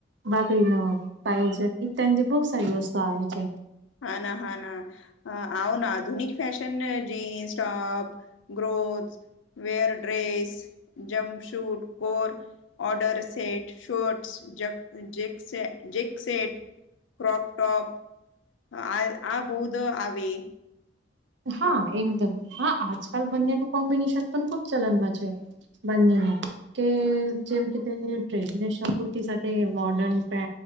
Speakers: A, on the right; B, on the left.
A: બાકડી ન પાયોજન ત બહુ સારી વસ્તુ આવે છે
B: હા ના હા ના હ આધુનિક ફેેશન જીન્સ ટોપ ગ્રોથ wear dress jumpsuit core order set shorts જક Jack જક સટ ક્રોપ ટોપ આ આ બૌધ આવે
A: હા એકદમ હા આજકાલ બંનેનું કોમ્બિનેશન પણ ખુબ ચલનમાં છે બંને ને કે જેમ કે તે ટ્રેડ શા કુર્તી સાથે મોર્ડન પે